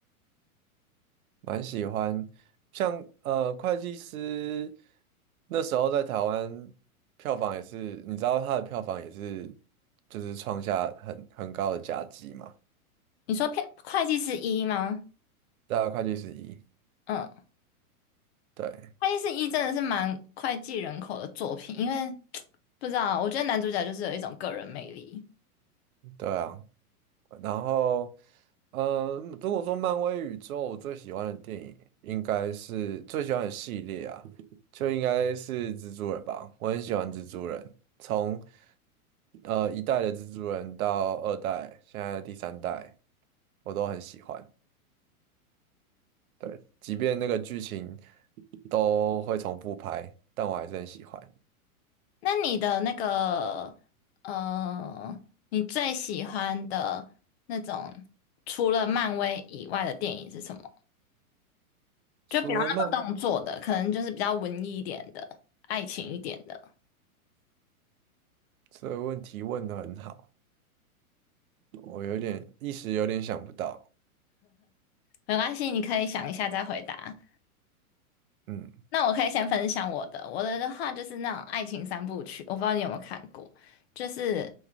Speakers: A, on the right; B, on the left.
A: 蛮喜欢，像呃，会计师那时候在台湾票房也是，你知道他的票房也是，就是创下很很高的佳绩嘛，
B: 你说片会计是一吗？
A: 对啊，会计师一，
B: 嗯。
A: 对，
B: 《爱丽丝一》真的是蛮脍炙人口的作品，因为 <tsk> 不知道，我觉得男主角就是有一种个人魅力。
A: 对啊。然后，嗯，如果说漫威宇宙，我最喜欢的电影应该是最喜欢的系列啊，就应该是蜘蛛人吧。我很喜欢蜘蛛人，从呃一代的蜘蛛人到二代，现在第三代，我都很喜欢。对，即便那个剧情都会重复拍，但我还是很喜欢。
B: 那你的那个，呃，你最喜欢的那种除了漫威以外的电影是什么？就不要那么动作的，
A: 除了漫，
B: 可能就是比较文艺一点的、爱情一点的，
A: 这个问题问得很好，我有点一时有点想不到。
B: 没关系，你可以想一下再回答。
A: 嗯，
B: 那我可以先分享我的，我的的话就是那种爱情三部曲，我不知道你有没有看过，就是